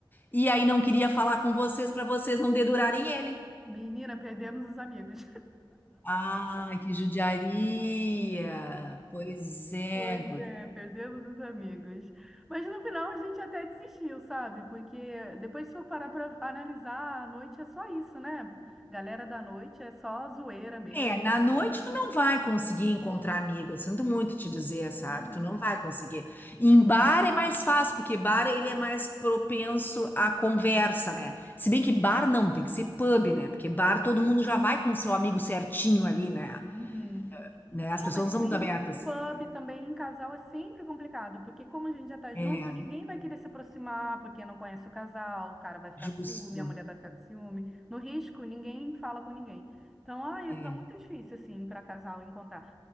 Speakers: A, on the left; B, in the centre.
A: e aí não queria falar com vocês pra vocês não dedurarem ele.
B: menina, perdemos os amigos.
A: Ai, que judiaria. Pois é,
B: Pois
A: guria.
B: é, perdemos os amigos. Mas no final a gente até desistiu, sabe? Porque depois se for parar para analisar, a noite é só isso, né? Galera da noite é só zoeira mesmo.
A: É, na noite
B: bebida.
A: tu não vai conseguir encontrar amigo. Eu sinto muito te dizer, sabe?
B: Uhum.
A: Tu não vai conseguir. Em bar é mais fácil, porque bar ele é mais propenso à conversa, né? Se bem que bar não, tem que ser pub, né? Porque bar
B: É.
A: todo mundo já vai com seu amigo certinho ali, né?
B: Uhum.
A: Né? As
B: É,
A: pessoas
B: mas
A: não são
B: mesmo
A: muito abertas.
B: pub também em casal é sempre complicado, porque como a gente já tá junto,
A: É,
B: ninguém vai querer se aproximar, porque não conhece o casal, o cara vai ficar
A: justo.
B: com ciúme, a mulher vai ficar com ciúme. No risco, ninguém fala com ninguém. Então, ai,
A: É.
B: é muito difícil, assim, para casal encontrar.